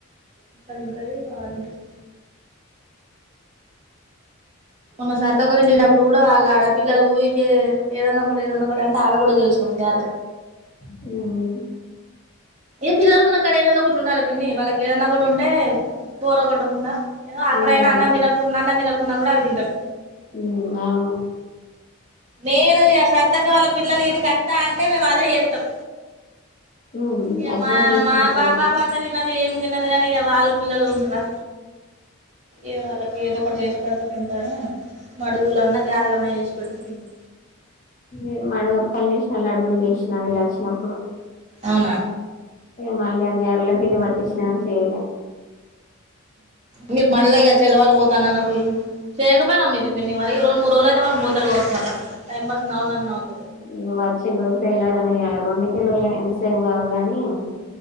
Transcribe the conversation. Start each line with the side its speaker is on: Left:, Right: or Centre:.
Right: ఇంకా తింటయి బాగా తింటుంది మొన్న సరితక్క ఇంటికి పోయినప్పుడు కూడా వాళ్ళ ఆడ పిల్లలు ఊరికే ఏదన్నా కూడా ఏదన్నా కూడా అంటే ఆడ కూడా చేసారు బంగారు
Left: హ్మ్
Right: ఏ పిల్లలు ఉన్నక్కడ ఏదన్నా ఒకటి ఉండాలి పిన్ని వాళ్ళకి ఏదన్నా ఒకటి ఉంటే బోర్ కొట్టకుండా ఏదో ఆకలైన
Left: ఉండాలి
Right: అన్నంతతినకు అన్న తినకుంన్నా కూడా అవి తింటారు
Left: ఉమ్ అవును
Right: నేను ఇగ సారితక్క వాళ్ళ పిల్లలు ఇడి కి అత్త అంటే మేముఅదే చేస్తాం
Left: మ్మ్
Right: ఇ
Left: అట్నే
Right: మా
Left: చేసి
Right: మా
Left: పెడితే
Right: పాప
Left: అయిపోతది
Right: పంటే తినదీ తినది కాని వాళ్ళ పిల్లలు ఉంటరా ఏ వాళ్ళకి ఏదో ఒకటి చేసి పెడుత తింటాను మడుగులన్నా గారలన్నా వేసి పెడుతే తింటారూ
Left: ేను మడగప్పలు చేసినా లడ్డూలు చేసినా వీళ్ళ వచ్చినప్పుడు
Right: అవునా
Left: మళ్లీ గార్ల పిండి పట్టించిన కానీ చెయ్యలే
Right: మీరు మళ్ళీగా చల్లవళ పోతాను అన్నప్పుడు చేయకపోయినావు మీరు మ మరి ఈ రెండు మూడు రోజులు అయితే వాళ్ళు పోతరు కావచ్చు మల్లా టైమ్ పడితే <unintelligible>
Left: నువ వచ్చిన రోజుక వెళ్లారనియ్యాలి రెండు కిలోలు ఎంతసేపు కావు గాని